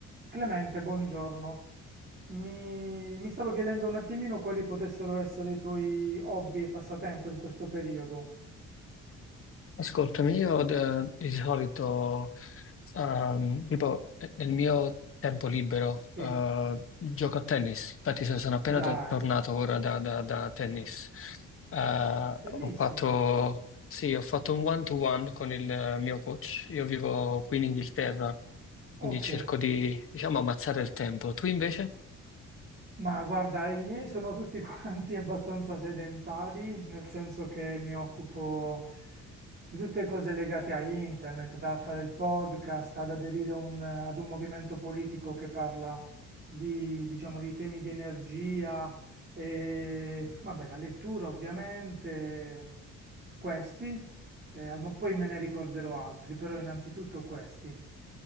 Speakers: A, on the right; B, on the left.
A: Clemente, buongiorno. Mi, mi stavo chiedendo un attimino quali potessero essere i tuoi hobby e passatempo in questo periodo.
B: Ascoltami, io eh, di solito, ehm, tipo, eh, nel mio tempo libero,
A: Sì,
B: eh, gioco a tennis. Infatti, so- sono appena
A: dai,
B: t- tornato ora da, da- da tennis. Eh,
A: bellissimo.
B: ho fatto, sì, ho fatto un one-to-one con il eh, mio coach. Io vivo qui in Inghilterra,
A: Ok,
B: quindi cerco di, diciamo, ammazzare il tempo. Tu invece?
A: Ma guarda, i miei sono tutti quanti <laughs> abbastanza sedentari, nel senso che mi occupo di tutte cose legate a internet, da fare il podcast, ad aderire a un- ad un movimento politico che parla di, diciamo, di temi di energia e, vabbè, la lettura ovviamente, questi, eh, al- ma poi me ne ricorderò altri, però innanzitutto questi.